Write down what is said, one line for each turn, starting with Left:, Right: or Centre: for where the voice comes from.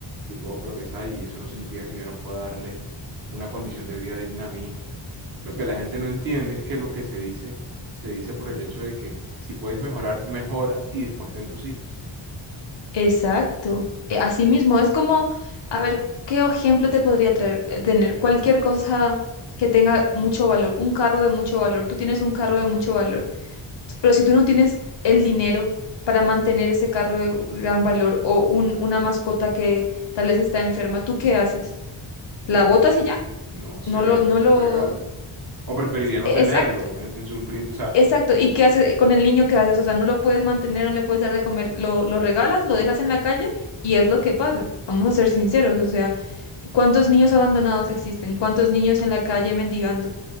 Right: Yo puedo progresar y eso no significa que yo no pueda darle una condición de vida digna a mi hijo. Lo que la gente no entiende es que lo que se dice, se dice por el hecho de que si puedes mejorar, mejora y después ten tus hijos.
Left: exacto. Eh, Así mismo, es como, a ver, ¿qué ejemplo te podría traer, eh, tener? Cualquier cosa que tenga mucho valor, un carro de mucho valor, tú tienes un carro de mucho valor. Pero si tú no tienes el dinero para mantener ese carro de gran valor o un, una mascota que tal vez está enferma, ¿tú qué haces?
Right: Se
Left: ¿La
Right: vende,
Left: botas y ya?
Right: no se
Left: No
Right: vende,
Left: lo, no
Right: se
Left: lo...
Right: regala. O preferiría no
Left: e-
Right: tenerlo.
Left: Exacto,
Right: En, en su, pri- o sea,
Left: exacto. ¿Y qué haces con el niño? ¿Qué haces? O sea, no lo puedes mantener, no le puedes dar de comer, lo, lo regalas, lo dejas en la calle y es lo que pasa. Vamos a ser sinceros, o sea, ¿cuántos niños abandonados existen? ¿Cuántos niños en la calle mendigando?